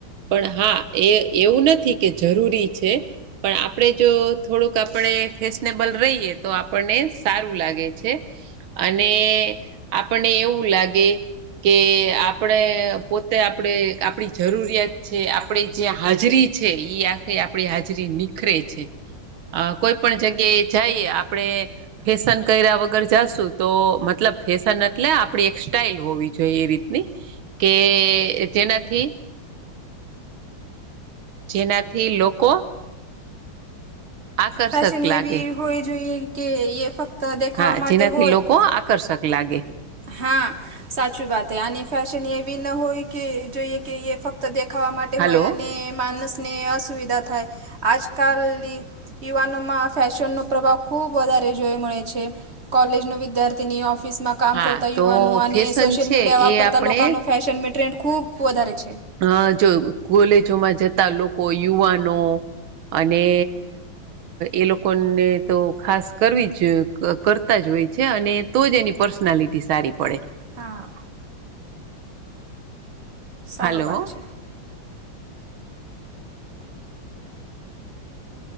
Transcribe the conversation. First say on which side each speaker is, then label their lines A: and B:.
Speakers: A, on the right (about 80°); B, on the right (about 45°).
A: પણ હા એ એવું નથી કે જરૂરી છે. પણ આપણે જો થોડુંક આપણે ફેશનેબલ રહીએ તો આપણને સારું લાગે છે અને આપને એવું લાગે કે આપડે પોતે આપણે આપણી જરૂરિયાત છે આપણી જ્યાં હાજરી છે એ આ આપણી હાજરી નિખરે છે કોઈ પણ જગ્યાએ જઈએ આપણે ફેશન કર્યા વગર જાશું તો મતલબ ફેશન એટલે આપડી એક સ્ટાઈઇલ હોવી જોએ રીતની કે જેનાથી જેનાથી લોકો આકર્ષક
B: ફેશન
A: લાગે
B: એવી હોવી જોઈએ કે એ ફક્ત દેખાવા
A: હા
B: માટે
A: જેનાથી
B: હોય
A: લોકો આકર્ષક લાગે.
B: હા સાચી વાત આની ફેશન એવી ન હોય કે જોઈએ કે એ ફક્ત દેખાવા માટે
A: હાલો
B: હોય અને માનસને અસુવિધા થાય આજકાલ યુવાનોમાં ફેશનનો પ્રભાવ ખુબ વધારે જોવા મળે છે. કોલેજ નો વિદ્યાર્થીની ઓફિસ માં કામ
A: હા
B: કરતા યુવાનો
A: તો
B: અને
A: ફેશન
B: સોશિયલ
A: છે
B: મીડિયા વાપરતા
A: એ આપણે
B: લોકોનું ફેશન ટ્રેન્ડ ખૂબ વધારે છે.
A: હા જો કોલેજોમાં જતા લોકો યુવાનો અને એ લોકોને તો ખાસ કરવી જ. કરતા જ હોય છે અને તો જ એની પર્સનાલિટી સારી પડે.
B: હા. સારો
A: હાલો
B: વાત છે.